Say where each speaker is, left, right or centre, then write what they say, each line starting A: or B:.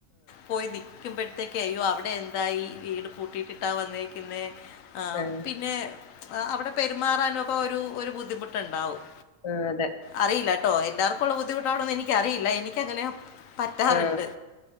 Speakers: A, on the left; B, on the left.
A: പോയ് ടീ ക്കുമ്പഴത്തേക്കയ്യോ അവിടെന്തായി വീട് പൂട്ടിട്ട്ട്ടാ വന്നേക്ക്ന്നേ ആഹ്
B: ആ
A: പിന്നെ അ അവ്ടെ പെരുമാറാനൊക്കെ ഒരു ഒരു ബുദ്ധിമുട്ട്ണ്ടാവും
B: ആഹ് അതെ
A: അറിയില്ലാട്ടോ എല്ലാർക്കുള്ള ബുദ്ധിമുട്ടാണോന്ന് എനിക്കറിയില്ല എനിക്കങ്ങനെ പറ്റാറ്ണ്ട്
B: ആ